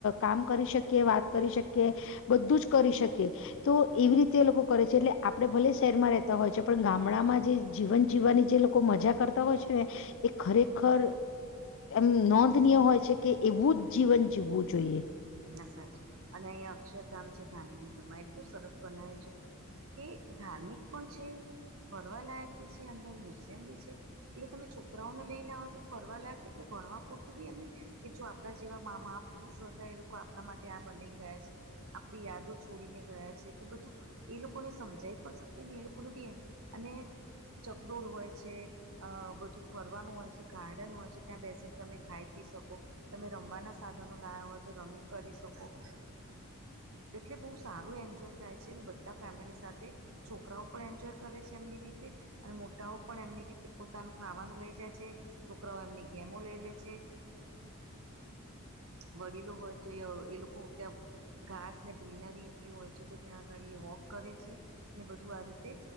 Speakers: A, on the left; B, on the right.
A: કામ કરી શકીએ વાત કરી શકીએ બધું જ કરી શકે તો એવી રીતે એ લોકો કરે છે એટલે આપડે ભલે શહેરમાં રહેતા હોય છે પણ ગામડામાં જે જીવન જીવવાની જે લોકો મજા કરતા હોય છે ને એ ખરેખર એમ નો ય હોય છે કે એવું જ જીવન જીવવું જોઈએ
B: ના સાચી અને અહીયાં અક્ષરધામ છે ગાંધીનગર માં એટલું સરસ બનાયું છે કે ધાર્મિક પણ છે, ફરવાલાયક બી છે, અંદર મ્યુઝિયમ બી છે. એટલે તમે છોકરાઓને લઈને આવ તો ફરવા લાગ એટલે ભણવા પૂરતું ભાઈ એમને કે જો આપણા જેવા મહાપુરુષો હતા એ લોકો આપણા માટે આ બનાઈ ગયા છે. આપણી યાદો છોડીને ગયા છે કે બધું એ લોકોને સમજાઈ પણ શકે ને એ લોકોનું બી એ અને ચગડોળ હોય છે. અ બધું ફરવાનું હોય છે, ગાર્ડન હોય છે, ત્યાં બેસીને તમે ખાઈ પી શકો. તમે રમવાના સાધનો લાવ્યા હોય તો રમી કરી શકો. એટલે બહુ સારું એન્જોય થાય છે ને બધા ફેમિલી સાથે છોકરાઓ પણ એન્જોય કરે છે એમની રીતે અને મોટાઓ પણ એમની રીતે પોતાનું ખાવાનું લઈ જાય છે છોકરાઓ એમની ગેમો લઈ લે છે. <inaudible> વડીલો હોય તો એ લોકો ત્યાં ઘાસ ને ગ્રીનરી એટલી હોય છે તો ત્યાં ગાડી એ વોક કરે છે ને બધું આ રીતે